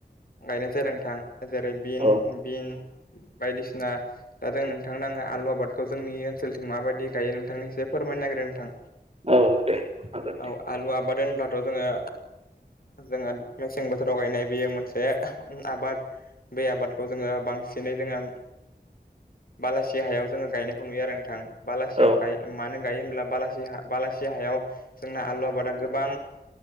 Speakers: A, on the left; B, on the right.
A: गायनाय जायो आरो नोंथां। जेरै बिन
B: औ
A: बिन बायदिसिना दा जों नोंथांनो आङो आलु आबादखौ जोंनि ओनसोलथिं माबादि गायो नोंथांनो एसे फोरमायनो नागिरो नोंथां
B: औ दे हागोन दे
A: औ आलु आबाद होनब्लाथ' जोङो जोंहा मेसें बोथोराव गायनाय बेयो मोनसे आबाद। बे आबादखौ जोङो बांसिनै जोङो बालासि हायाव जोङो गायनायखौ नुयो आरो नोंथां बालासियाव
B: औ
A: गाय मानो गायो होनब्ला ब बलासि हायाव जोंना आलु आबादा गोबां